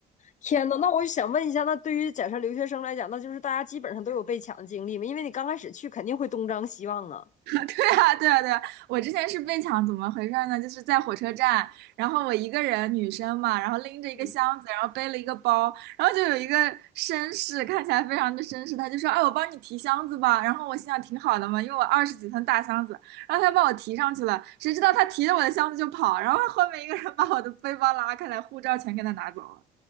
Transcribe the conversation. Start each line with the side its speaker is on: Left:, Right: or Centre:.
Left: 天呐，那我就想问一下，那对于假设留学生来讲，那就是大家基本上都有被抢的经历嘛，因为你刚开始去肯定会东张西望啊。
Right: 对啊，对啊，对啊！我之前是被抢，怎么回事呢？就是在火车站，然后我一个人，女生嘛，然后拎着一个箱子，
Left: 嗯，
Right: 然后背了一个包，然后就有一个绅士，看起来非常的绅士，他就说：“哎，我帮你提箱子吧。”然后我心想挺好的嘛，因为我二十几寸大箱子，然后他帮我提上去了，谁知道他提着我的箱子就跑，然后后面一个人把我的背包拉开来，护照全给他拿走了。